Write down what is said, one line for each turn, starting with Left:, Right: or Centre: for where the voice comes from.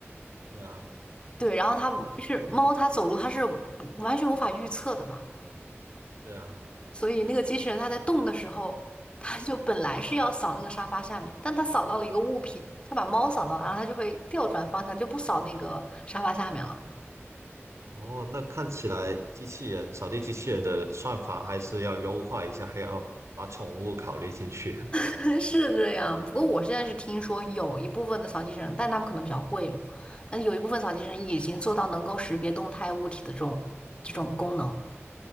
Right: 对啊，
Left: 对，然后它就是猫它走路它是
Right: 但是
Left: 完全无法预测的嘛，
Right: 对啊，
Left: 所以那个机器人它在动的时候，它就本来是要扫那个沙发下面，但它扫到了一个物品，它把猫扫到了然后它就会调转方向，就不扫那个沙发下面了，
Right: 哦，那看起来机器人扫地机器人的算法还是要优化一下，还要把宠物考虑进去。
Left: <laughs> 是这样。不过我现在是听说有一部分的扫地机器人，但他们可能比较贵嘛，但有一部分扫地机器人已经做到能够识别动态物体的这种这种功能。